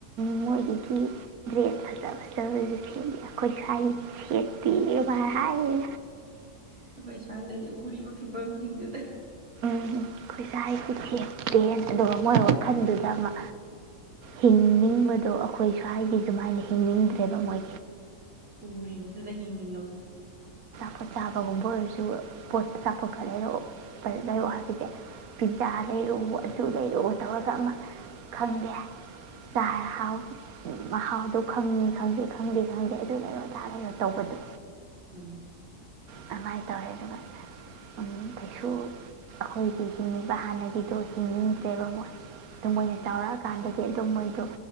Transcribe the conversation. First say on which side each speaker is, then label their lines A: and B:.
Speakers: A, on the right (about 65°); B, on the right (about 45°).
A: ꯃꯣꯏꯒꯤꯒꯤ ꯗ꯭ꯔꯦꯁ ꯐꯖ ꯐꯖꯕꯖꯨ ꯁꯦꯠꯂꯤ ꯑꯩꯈꯣꯏ ꯁ꯭ꯋꯥꯏ ꯁꯦꯠꯇꯦꯕ ꯍꯥꯏꯌꯦ
B: ꯑꯩꯈꯣꯏ ꯁ꯭ꯋꯥꯏꯗꯗꯤ ꯎꯔꯤꯕ ꯐꯤꯕꯝꯖꯤꯡꯗꯨꯗ
A: ꯑꯩꯈꯣꯏ ꯁ꯭ꯋꯥꯏꯖꯤ ꯁꯦꯠꯇꯦ ꯑꯗꯨꯒ ꯃꯣꯏ ꯋꯥꯈꯟꯗꯨꯗ ꯑꯃ ꯍꯤꯡꯅꯤꯡꯕꯗꯣ ꯑꯩꯈꯣꯏ ꯁ꯭ꯋꯥꯏꯗꯤ ꯗꯨꯃꯥꯏꯅ ꯍꯤꯡꯅꯤꯡꯗ꯭ꯔꯦꯕ ꯃꯣꯏ
B: ꯎꯝ ꯎꯔꯤꯕꯗꯨꯗ ꯍꯤꯡꯅꯤꯡꯉꯕꯗꯣ
A: ꯄꯣꯠ ꯆꯥꯕꯒꯨꯝꯕ ꯑꯣꯏꯔꯖꯨ ꯄꯣꯠ ꯆꯥꯄꯣꯠ ꯈꯔ ꯂꯩꯔꯛꯑꯣ ꯄ ꯂꯩꯔꯛꯑꯣ ꯍꯥꯏꯕꯖꯦ ꯄꯤꯖꯥ ꯂꯩꯔꯛꯎ ꯑꯗꯨ ꯂꯩꯔꯛꯎ ꯇꯧꯔꯒ ꯑꯃ ꯈꯪꯗꯦ ꯆꯥꯔ ꯍꯥꯎ ꯃꯍꯥꯎꯗꯣ ꯈꯪꯉꯤ ꯈꯪꯗꯦ ꯈꯪꯗꯦ ꯈꯪꯗꯦ ꯑꯗꯨ ꯂꯩꯔꯣ ꯑꯗꯥ ꯂꯩꯔꯣ ꯇꯧꯕꯗꯣ
B: ꯎꯝ
A: ꯀꯃꯥꯏꯅ ꯇꯧꯔꯦ ꯑꯗꯨꯒ <unintelligible> ꯑꯩꯈꯪꯏꯒꯤ ꯍꯤꯡꯕ ꯍꯥꯟꯅꯒꯤꯗꯨ ꯍꯤꯡꯅꯤꯡꯗ꯭ꯔꯦꯕ ꯃꯣꯏ ꯑꯗꯨ ꯃꯣꯏꯅ
B: ꯎꯝ
A: ꯆꯥꯎꯕꯔꯛ ꯑꯥ ꯀꯟꯗꯗꯤ ꯑꯗꯨ ꯃꯣꯏꯗꯣ